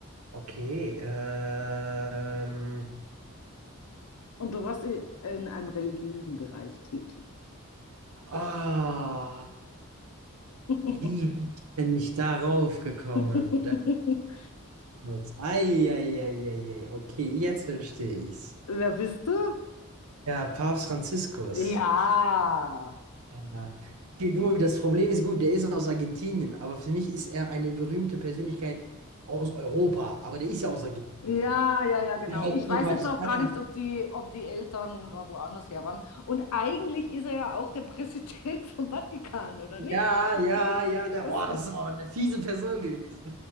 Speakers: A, on the right; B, on the left.
A: Okay. Ähm.
B: Und du warst i- in einem religiösen Bereich tätig.
A: Ah,
B: <laughs>
A: wie bin ich darauf gekommen?
B: <laughs>
A: Das muss. Eieieiei. Okay, jetzt verstehe ich's.
B: Wer bist du?
A: Ja, Papst Franziskus.
B: Ja.
A: Ja. Okay, Gut, das Problem ist gut, der ist aus Argentinien, aber für mich ist er eine berühmte Persönlichkeit aus Europa, aber der ist ja aus Argentinien.
B: Ja, ja, ja, genau.
A: Ja, halt
B: Ich
A: immer
B: weiß
A: im Vatikan.
B: jetzt auch gar nicht, ob die, ob die Eltern da woanders her waren. Und eigentlich ist er ja auch der Präsident <laughs> vom Vatikan, oder nicht?
A: Ja,
B: <laughs>
A: ja, ja, der,
B: Das
A: oh, das ist
B: <laughs>
A: auch eine fiese Person gewesen.